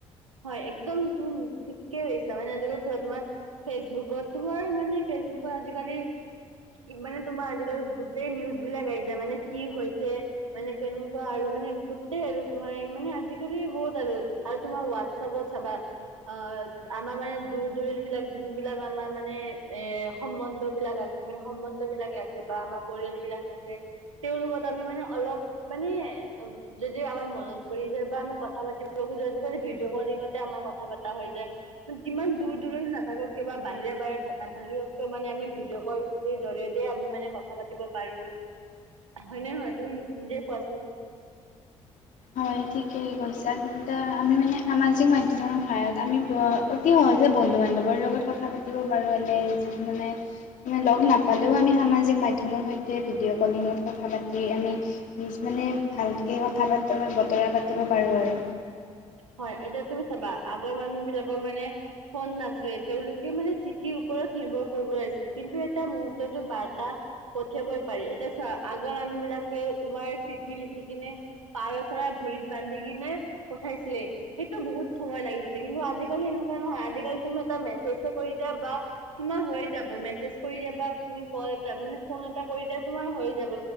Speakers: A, on the right (about 80°); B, on the left (about 55°).
A: হয় একদম তুমি ঠিকেছা মানে আজিকাল চোৱা তোমাৰ ফেচবুকত তোমাৰ মানে ফেচবুকৰ আজিকালি কি মানে তোমাৰ আজিকালি গোতেই নিউজ বিলাক আহি যায় মানে কি হৈছে মানে কেনেকুৱা আৰু মানে গোটেই আৰু তোমাৰ মানে আজিকালি বহুত আৰু আৰু তোমাৰ হোৱাটছপত চাবা অ আমাৰ মানে দূৰ দূৰণি বিলাক যোন বিলাক আমাৰ মানে এ সম্বন্ধ বিলাক আছে মানে সম্বন্ধ বিলাকে আছে বা আমাৰ পৰিয়াল বিলাক আছে তেওঁওলোকত আমি মানে অলপ মানে যদিও আমাৰ মনত পৰি যায় বা আমি কথা পাতিব খোজো আজিকালি ভি ডঅ' কলিঙতে আমাৰ কথা পাতা হৈ যায়, যিমান দূৰ দূৰনিত নাথাকো কিয় কিবা বাহিৰে বাহিৰে নাথাকে ছবটো মানে আমি ভিডিঅ' কলৰ জৰিয়তে আমি মানে কথা পাতিব পাৰো। হয় নে নহয় তুমি নিজে কোৱাচোন।
B: হয় ঠিকে কৈছা আমি মানে সামাজিক মাধ্যমৰ সহায়ত আমি অতি স হজে বন্ধু বান্ধৱৰ লগত কথা পাতিব পাৰোঁ এনে যত মানে লগ নাপালেও আমি সমাজি ক মাধ্যমৰ সৈতে ভিডিঅ' কলিঙত কথা পাতি আমি নিজ মানে ভালকৈ কথা বতৰা পাতিব পাৰোঁ আৰু।
A: হয় এতিয়া তুমি চাবা আগৰ মানুহ বিলাকৰ মানে ফোন নাছিলে তেওঁলোকে মানে চিঠি ৰ ওৰত নিৰ্ভৰ কৰিব লাগিছিল কিন্তু এটা মুহূৰ্ততে বাৰ্তা পঠিয়াব পাৰে এতিয়া আগত মানুহ বিলাকে তোমাৰ চিঠি লিখি কিনে পাৰ চৰা ভৰিত বান্ধি কিনে পঠাইছিলে সেইটো বহুত সময় লাগিছিলে কিন্তু আজিকালি এনেকুৱা নহয় আজিকালি তুমি এটা মেছেজে কৰি দিয়া বা তোমাৰ হৈ যাব মেছেজ কৰি দিয়া বা তুমি কল এটা মানে ফোন এটা কৰি দিয়া তোমাৰ হৈ যাব